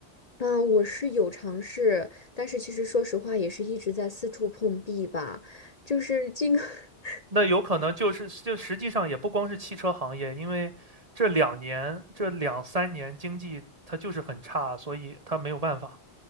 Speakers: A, on the left (about 40°); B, on the right (about 35°).
A: 嗯，我是有尝试，但是其实说实话，也是一直在四处碰壁吧。就是这个 <laughs>
B: 那有可能就是就实际上也不光是汽车行业，因为这两年这两三年经济它就是很差，所以它没有办法。